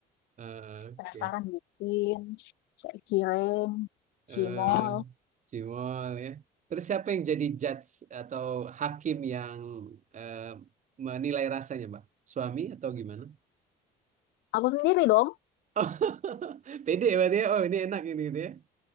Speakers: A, on the right; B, on the left.
A: Eh, Oke.
B: penasaran bikin kayak cireng,
A: eh
B: cimol.
A: Cimol ya. Terus siapa yang jadi judge atau hakim yang eh, menilai rasanya, Mbak? Suami atau gimana? <laughs>
B: Aku sendiri dong.
A: Oh, pede berarti ya. Oh, ini enak ini gitu ya.